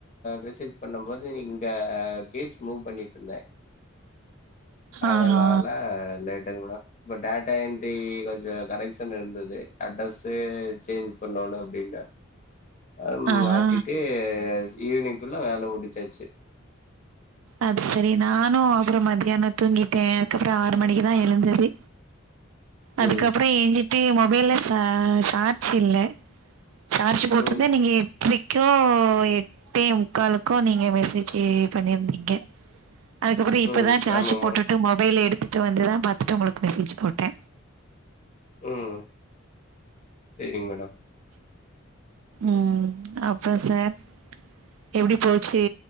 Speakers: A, on the left; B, on the right.
A: மெசேஜ் பண்ணும் போது இங்க கேஸ் மூவ் பண்ணிட்ருந்தே அதனால
B: ஆஹா
A: லேட் ங்களா இப்ப டேட்டா என்ட்ரி கொஞ்ச கரெக்ஷன் இருந்தது அட்ரஸ் து சேஞ்ச் பண்ணோனு முடில அ
B: ஆஹா
A: மாத்திட்டு ஈவினிங் ஃபுல்லா வேல முடிச்சாச்சி
B: அது சரி நானு அப்பபுற மதியான தூங்கிட்டே அதுக்கப்ற ஆறு மணிக்குதா எழுந்ததே அதுக்கப்புற
A: ம்
B: ஏஞ்சிட்டு மொ வேல சார் சார்ஜ் இல்ல சார்ஜ் போட்டிருந்தே
A: ம்
B: நீங்க ரைக்கோ எட்டு முக்காலுக்கோ நீங்க மெசேஜ் பண்ணியிருந்தீங்க <unintelligible> அதுக்கப்புற இப்போதா
A: ம்
B: சார்ஜ்
A: ஆமாமா
B: போட்டுட்டு மொபைல எடுத் த்துட்டு வந்துதா பாத்தட்டு உங்களுக்கு மெசேஜ் போட்டே
A: ம் சேரிங் மேடம்
B: ம் அப்பறோ சார் எப்டி போச்சு